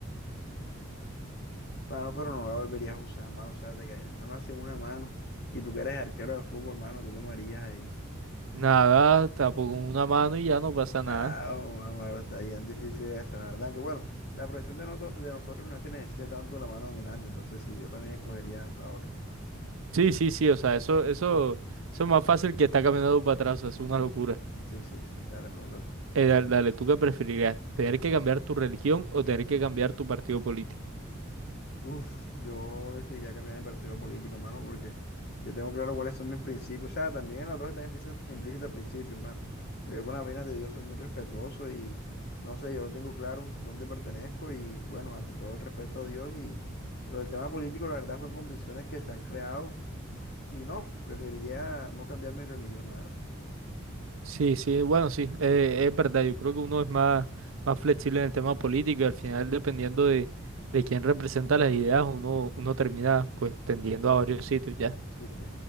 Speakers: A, on the left; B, on the right.
A: Mm. Mano, pero no la volverías a usar, mano. O sea, te quedarías nada más en una mano. Y tú que eres arquero de fútbol, mano, ¿tú cómo harías ahí?
B: Nada, tampoco una mano y ya no pasa nada.
A: Ah, mamá, está bien difícil esa, la verdad. Que bueno, la profesión de, noto- de nosotros no es que necesite tanto la mano dominante, entonces sí, yo también escogería la otra.
B: Sí, sí, sí, o sea, eso, eso, eso es más fácil que estar caminando para atrás, o sea, es una locura.
A: Sí, sí, sí, dale, pregunta tú.
B: Eh, dale, dale, ¿tú qué preferirías? ¿Tener que cambiar tu religión o tener que cambiar tu partido político?
A: Uf, yo decidiría cambiar mi partido político, mano, porque yo tengo claro cuáles son mis principios. O sea, también las dos están implícitas implícitas principios, mano. Pero yo con las vainas de Dios soy muy respetuoso y no sé, yo tengo claro dónde pertenezco y bueno, ante todo el respeto a Dios y pero el tema político, la verdad, son convicciones que se han creado Y no, preferiría no cambiar mi religión, la verdad.
B: Sí, sí, bueno, sí, eh, es verdad. Yo creo que uno es más, más flexible en el tema político y al final, dependiendo de, de quién representa las ideas, uno, uno termina pues tendiendo a varios sitios ya.
A: Sí, sí.